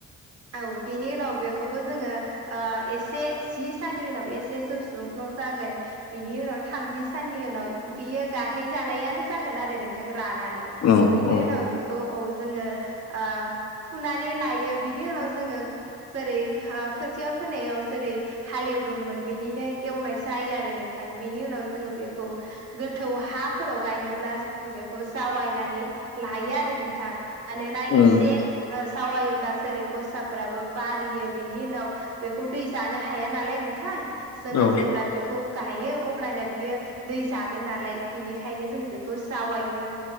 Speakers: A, on the right; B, on the left.
A: औ बिनि उनाव बे खौबो जोङो ओ एसे जि साननि उनाव एसे जौ सुलुं स्लुं जागोन बिनि उनाव थामजि साननि उनाव बियो गाहैजानायानो जागोन आरो नोंथां। रानानै
B: औ
A: बिनि
B: औ
A: उनाव बिखौ औ जोङो ओ फुनानै लायो बिनि उनाव जोङो जेरै खोथिया फोनायाव जेरै हालेवदोंमोन बिदिनो एवनाय जायो आरो नोंथां। बेनि उनाव जोङो बेखौ गोथौ हाफोराव गायनोब्ला जों बेखौ जावायनानै लायो आरो नोंथां मानोना
B: उम
A: एसे जावायोब्ला जेरै गस्राफोराबो बारियो बिनि उनाव बेखौ दै जानो हाया नालाय नोंथां जोङो
B: औ
A: जेब्ला बेखौ गायो अब्लानो बियो दै जागोन नालाय बेनिखायनो जों बेखौ जावायग्रो